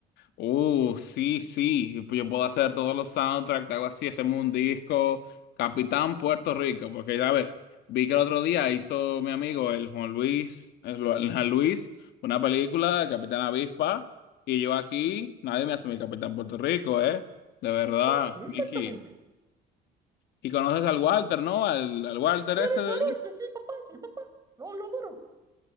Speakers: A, on the left; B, on the right.
A: Uh, sí, sí, yo puedo hacer todos los soundtracks, algo así, hacemos un disco, Capitán Puerto Rico, porque ya ves, vi que el otro día hizo mi amigo, el Juan Luis, el Lu- el Juan Luis, una película de Capitán Avispa, y yo aquí, nadie me hace mi Capitán Puerto Rico, ¿eh? De verdad,
B: Exacto, exactamente.
A: Mickey. Y conoces al Walter, ¿no? Al, al Walter
B: Claro,
A: este de
B: claro,
A: Disney.
B: ese es mi papá, es mi papá. No, lo adoro.